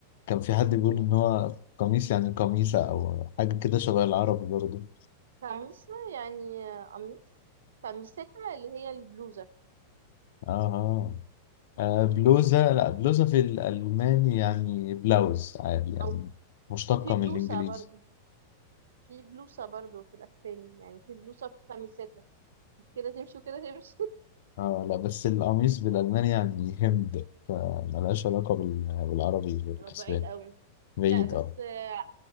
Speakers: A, on the left; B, on the right.
A: كان في حد بيقول
B: مم.
A: ان هو قميص يعني قميصة او حاجة كده شبه العرب برضو
B: كاميسا يعني آه، قميص كاميسيتا اللي هي البلوزه
A: اه اه آه، بلوزة لا بلوزة في الالماني يعني بلاوز عادي يعني
B: او
A: مشتقة
B: وفي بلوسه
A: من الانجليزي
B: برضو في بلوسه برضو في الاسباني يعني في بلوسه في كاميسيتا كده تمشي وكده تمشي
A: اه لا بس القميص بالالماني يعني هند فملهاش علاقة بال- بالعربي
B: <laughs>
A: والاسباني
B: طب بعيد قوي
A: بعيد
B: لا بس
A: اه
B: آه،